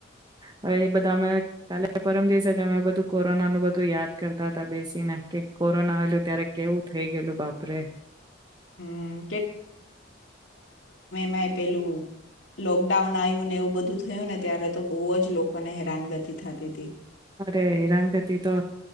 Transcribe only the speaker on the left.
હમ ને પેલું લોકડાઉન આયવુ ને એવું બધું થયું ને ત્યારે તો બહુ જ લોકોને હેરાનગતિ થતી હતી.